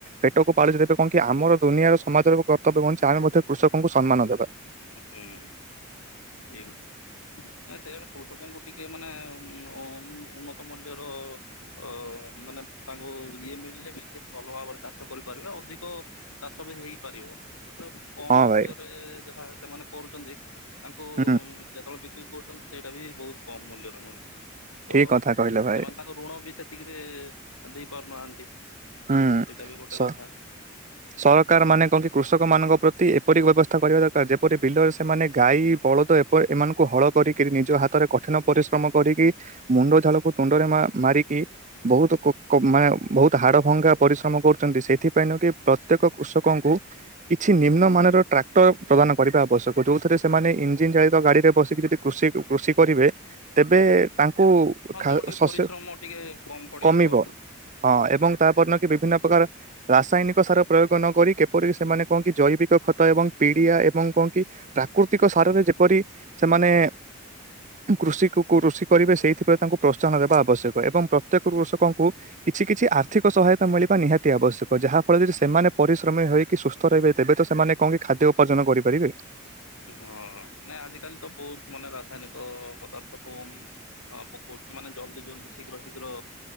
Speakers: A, on the right; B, on the left.
A: ପେଟକୁ ପାଳୁଚି ତେବେ କଣକି ଆମର ଦୁନିଆର ସମାଜର ଏବେ କର୍ତ୍ତବ୍ୟ କଣ ଆମେ ମଧ୍ୟ କୃଷକଙ୍କୁ ସମ୍ମାନ ଦେବା।
B: ହୁଁ ଠିକ। ନା ସେଇଆ ବା କୃଷକଙ୍କୁ ଟିକେ ମାନେ ଉ ଉଁ ଉନ୍ନତ ମୂଲ୍ୟର ଅ ମାନେ ତାଙ୍କୁ ଇଏ ମିଳିଲେ ବି ସେ ଭଲ ଭାବରେ ଚାଷ କରିପାରିବେ ଅଧିକ ଚାଷ ବି ହେଇପାରିବ। କମ
A: ହଁ
B: ମୂଲ୍ୟରେ
A: ଭାଇ
B: ଯାହା ସେମାନେ କରୁଛନ୍ତି ତାଙ୍କୁ
A: ହୁଁ
B: ଯେତେବେଳେ ବିକ୍ରି କରୁଛନ୍ତି ସେଇଟା ବି ବହୁତ କମ ମୂଲ୍ୟରେ ମିଳୁଛି। ତ
A: ଠିକ କଥା କହିଲେ ଭାଇ
B: ସେମାନେ ତାଙ୍କ ଋଣ ବି ସେତିକିରେ ଦେଇପାରୁନାହାନ୍ତି ସେଇଟା
A: ହୁଁ।
B: ବି ଗୋଟେ
A: ସ
B: କଥା।
A: ସରକାର ମାନେ କହନ୍ତି କି କୃଷକ ମାନଙ୍କ ପ୍ରତି ଏପରି ବ୍ୟବସ୍ଥା କରିବା ଦରକାର ଯେପରି ବିଲ ସେମାନେ ଗାଈ ବଳଦ ଏପ ଏମାନଙ୍କୁ ହଳ କରିକି ନିଜ ହାତରେ କଠିନ ପରିଶ୍ରମ କରିକି ମୁଣ୍ଡ ଝାଳକୁ ତୁଣ୍ଡରେ ମା ମାରିକି ବହୁତ କୁ କୁ ମାନେ ବହୁତ ହାଡ ଭଙ୍ଗା ପରିଶ୍ରମ କରୁଛନ୍ତି। ସେଥିପାଇଁ ନକି ପ୍ରତ୍ୟେକ କୃଷକଙ୍କୁ କିଛି ନିମ୍ନମାନାନର ଟ୍ରାକ୍ଟର ପ୍ରଦାନ କରିବା ଆବଶ୍ୟକ। ଯୋଉଥିରେ ସେମାନେ ଇଞ୍ଜିିନ ଚାଳିତ ଗାଡିରେ ବସିକି କୃଷି କୃଷି କରିବେ ତେବେ ତାଙ୍କୁ
B: ହଁ ତାଙ୍କୁ
A: ଖା
B: ଟିକେ
A: ଶସ୍ୟ
B: ପରିଶ୍ରମ ଟିକେ କମ ପଡିବ
A: କମିବ
B: ଆଉ।
A: ହଁ ଏବଂ ତାପର ଦିନ କି ବିଭିନ୍ନ ପ୍ରକାର ରାସାୟନିକ କ ସାର ପ୍ରୟୋଗ ନକରି କେପରି ସେମାନେ କଣ କି ଜୈବିକ ଖତ ଏବଂ ପିଡିଆ ଏବଂ କଣ କି ପ୍ରାକୃତିକ ସାରରେ ଯେପରି ସେମାନେ କୃଷିକୁ କୃଷି କରିବେ ସେଇଥି ପ୍ରତି ତାଙ୍କୁ ପ୍ରୋତ୍ସାହନ ଦେବା ଆବଶ୍ୟକ ଏବଂ ପ୍ରତ୍ୟେକ କୃଷକଙ୍କୁ କିଛି କିଛି ଆର୍ଥିକ ସହାୟତା ମିଳିବା ନିହାତି ଆବଶ୍ୟକ ଯାହା ଫଳରେ ଯଦି ସେମାନେ ପରିଶ୍ରମୀ ହେଇକି ସୁସ୍ଥ ରହିବେ ତେବେ ତ ସେମାନେ କଣ କି ଖାଦ୍ୟ ଉପାର୍ଜନ କରିପାରିବେ।
B: ହଁ ନାଇ ଆଜିକାଲି ତ ବୋହୁତ ମାନେ ରାସାୟନିକ ପଦାର୍ଥ ସବୁ ହଁ ପକୋଉଚୁ ମାନେ ଜଲଦି ଜଲଦି ଶୀଘ୍ର ଶୀଘ୍ର